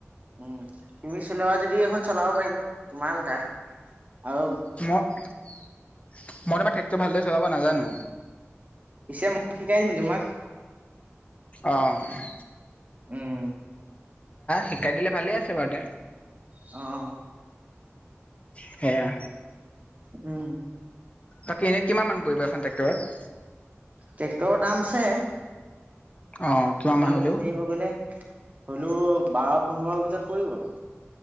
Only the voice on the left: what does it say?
মই, মই, তোমাৰ ট্ৰেক্টৰ ভালদ চলাব নাজানো
অ',
শিকাই দিলে ভালেই আছে বাৰু তে
সেয়া
বাকী, এনে কিমানান পৰিবখন ট্ৰে্টৰত
অ', কিমান
মান
হ'লেও